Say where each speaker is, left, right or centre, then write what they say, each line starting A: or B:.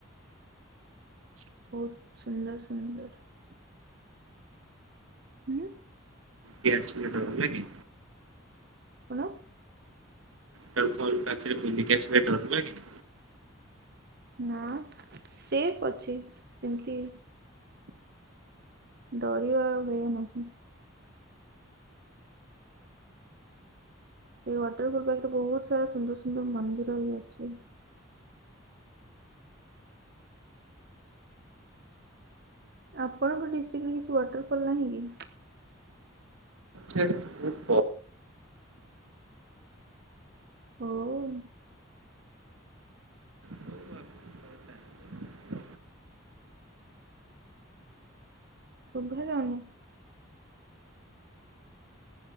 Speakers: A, on the right (about 50°); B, on the right (about 85°).
A: ବହୁତ ସୁନ୍ଦର ସୁନ୍ଦର। ଉଁ।
B: ଗ୍ୟାସ୍ ସିଲିଣ୍ଡର ହେଲା କି?
A: କଣ?
B: ତମେ ଫୋନ କାଟଲା ପରେ କିଏ ଆସି ଧରଲାକି?
A: ନା ସେଫ ଅଛି ସେମତି। ଡରିବା ଆଉ ଭୟ ନାହିଁ। ସେଇ ୱାଟରଫଲ୍ ପାଖରେ ବହୁତ ସାରା ସୁନ୍ଦର ସୁନ୍ଦର ମନ୍ଦିର ବି ଅଛି। ଆପଣଙ୍କ ଡିଷ୍ଟିକରେ କିଛି ୱାଟରଫଲ୍ ନାହିଁ କି?
B: ଛେଡ଼।
A: ହୋଉ।
B: ଭଲ ଲାଗିଲା
A: ଶୁଭା ଯାଉନି।